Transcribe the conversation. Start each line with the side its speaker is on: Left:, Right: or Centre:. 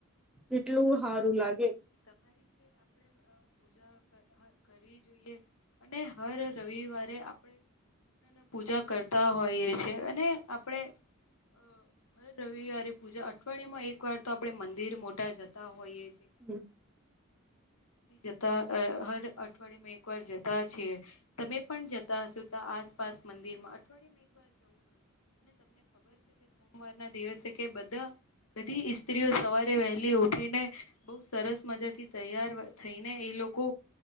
Centre: કેટલું હારું લાગે.
Left: મારીીતે આપણેે પૂ <inaudible> જા કરવી જોઈએ અને હર રવિવારે આપણેને પૂજા કરતા હોઈએ છે. અને આપડે. અ હર રવિવારે પૂજા અઠવાડિયામાં એક વાર તો આપણેે મંદિર મોટા જતા હોઈએ છે.
Centre: હમ.
Left: જતા અ હર અઠવાડિયામાં એકવાર જતા. જતાં છે તમે પણ જતા હશો ત આસપાસ મંદિર માં અઠવાડિયામાં એકવાર જવું જોઈએ. અને તમને ખબર છે કે સોમવાર ના દિવસે કે બધા બધી સ્ત્રીઓ સવારે વહેલી ઉઠ. ઉઠીને બહુ સરસ મજા થી તૈયાર થઈને એ લોકો